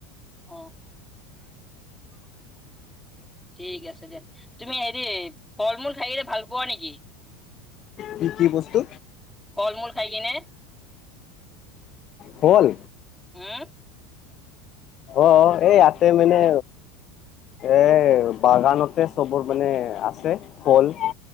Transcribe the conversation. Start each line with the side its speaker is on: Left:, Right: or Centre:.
Centre: অঁ। ঠিক আছে দিয়া, তুমি হেৰি ফল মূল খাইকিনে ভাল পোৱা নেকি?
Left: কি কি বস্তু?
Centre: ফল মূল খাই কিনে।
Left: ফল।
Centre: উম।
Left: অঁ, এই ইয়াতে মানে এ বাগানতে চবৰ মানে আছে ফল।